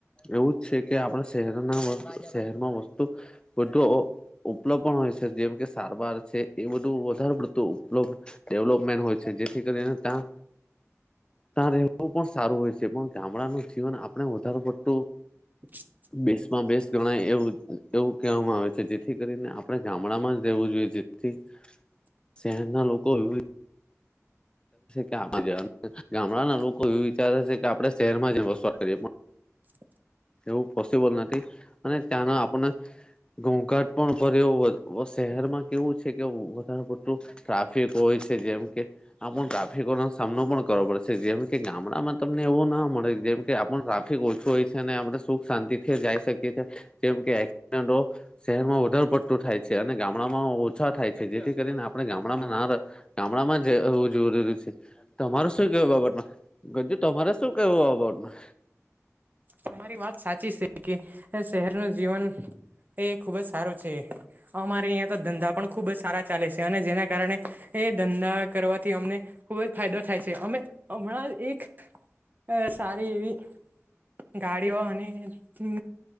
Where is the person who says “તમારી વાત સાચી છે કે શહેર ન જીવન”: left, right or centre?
Right